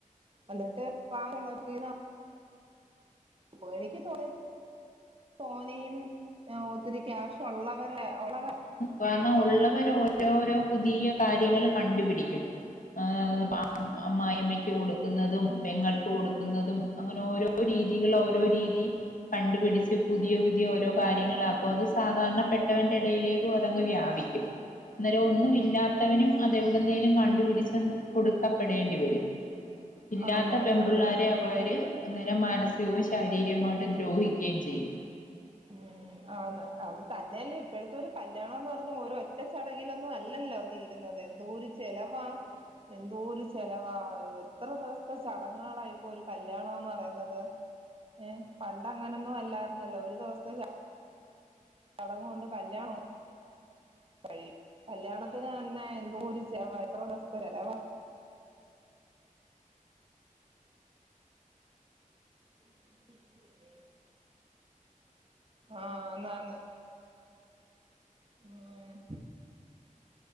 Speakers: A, on the right (about 40°); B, on the left (about 70°).
A: അന്നിട്ട് പാലുള്ളവര് റിന്ന ഓഹ് എനിക്ക് തോന്നിയത് തോനെയും ഒത്തിരി ക്യാഷ്ഒള്ളവരെ ഒള്ളവരെ
B: വാന്ന ഉള്ളവര് ഓരോരോ പുതിയ കാര്യങ്ങൾ കണ്ടുപിടിക്കുംആഹ് അമ്മായിമ്മയ്ക്ക് കൊടുക്കുന്നതും പെങ്ങൾക്ക് കൊടുക്കുന്നതും അങ്ങനെ ഓരോ രീതികൾ ഓരോ രീതി കണ്ടുപിടിച്ച് പുതിയ പുതിയ ഓരോ കാര്യങ്ങളാക്കും അപ്പൊ അത് സാധാരണപ്പെട്ടവന്റെ ഇടയിലേക്കും അതങ്ങ് വ്യാപിക്കും അന്നേരം ഒന്നും ഇല്ലാത്തവനും അതെ എവിടുന്നേലും കണ്ടുപിടിച്ച കൊടുക്കപ്പെടേണ്ടി വരും ഇല്ലാത്ത
A: ആന്ന് ആന്ന്
B: പെമ്പിള്ളാരെ
A: ആന്ന്
B: അവര് അന്നേരം മാനസികവും ശാരീരികമായിട്ട് ദ്രോഹിക്കുകയും ചെയ്യും
A: ഉം, ആന്ന് അത് തന്നെയല്ലേ ഇപ്പഴ്ത്തോരു കല്യാണം എന്ന് പറഞ്ഞ ഓരോ ഒറ്റ ചടങ്ങിലൊന്നും അല്ലല്ലോ തീരുന്നത് എന്തോരു ചെലവാ
B: ആ
A: എന്തോരു ചെലവാ എത്ര ദിവസ്ത്തെ ചടങ്ങുകളാഇപ്പോ ഒരു കല്യാണോന്ന് പറയുന്നത് ഏഹ് പണ്ട് അങ്ങനൊന്നും അല്ലാരുന്നല്ലോ ഒരു ദിവസ്ത്തെ ചടങ്ങു ഉണ്ട് കല്യാണോം കഴിയും കല്യാണത്തിന് തന്നെ എന്തോരുച്ചവാ എത്ര ദിവസത്തെ ചെലവാ ഇങ്ങു വരെ ആഹ് അന്നാന്ന് ഉം